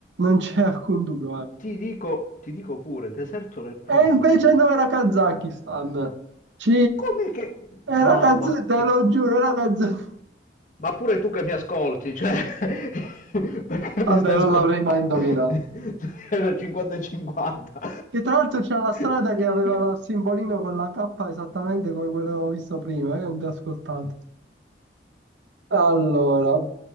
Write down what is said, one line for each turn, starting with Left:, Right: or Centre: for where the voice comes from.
Right: non c'è alcun dubbio. guarda.
Left: Ti dico, ti dico pure, deserto del Queensland.
Right: E invece no, era Kazakistan. C.
Left: Come che...
Right: È
Left: Mamma
Right: la canzone, te
Left: mia.
Right: lo giuro, è la canzone.
Left: Ma pure tu che mi ascolti, cioè... <laughs> Perché
Right: Vabbè,
Left: mi stai
Right: non
Left: ascoltando?
Right: l'avrei mai indovinata.
Left: <laughs> Era 50 e 50.
Right: Che tra l'altro c'è una strada
Left: <laughs>
Right: che aveva il simbolino con la K esattamente come quello che avevo visto prima, io non ti ho ascoltato. Allora,